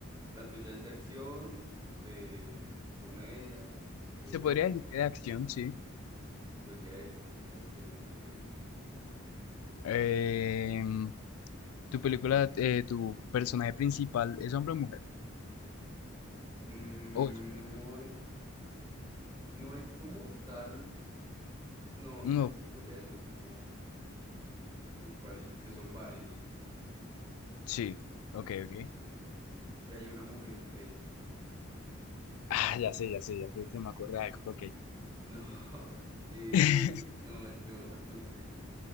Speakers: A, on the right; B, on the left.
A: La tuya es de acción, de comedia, de...
B: Se podría decir que de acción, sí.
A: Se podría decir que de acción, ok.
B: Em, tu película, eh, tu personaje principal, ¿es hombre o mujer?
A: Mm,
B: ¿O es un dibujo
A: no
B: animado?
A: hay No hay como tal, no,
B: Mm,
A: no
B: Ok.
A: te podría decir como, como cuáles, porque son varios.
B: Sí. Ok, ok.
A: Entonces, no. Y hay una mujer entre ellos.
B: Ah, ya sé, ya sé, ya sé. Se me ocurre algo. Ok.
A: No, <laughs> eh,
B: <laughs>
A: no, yo, ay, no sé.